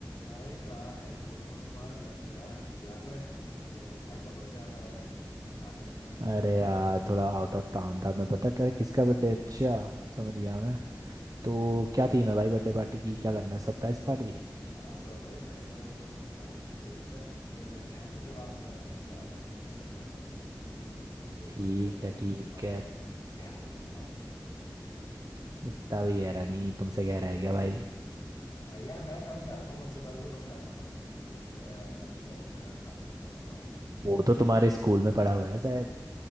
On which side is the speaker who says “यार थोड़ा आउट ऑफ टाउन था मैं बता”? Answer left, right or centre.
Right